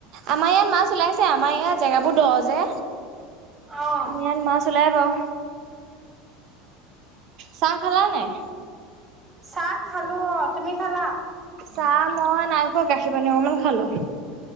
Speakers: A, on the right; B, on the right.
A: আমাৰ ইয়াত মাছ ওলাইছে আমাৰ ইয়াত জাগাবোৰ দ যে
B: অহ।
A: আমাৰ ইয়াত মাছ ওলাই বাৰু চাহ খালা নে নাই?
B: চাহ খালো অ। তুমি খালা?
A: চাহ মই নাইখোৱা গাখীৰ পানী অকমান খালো।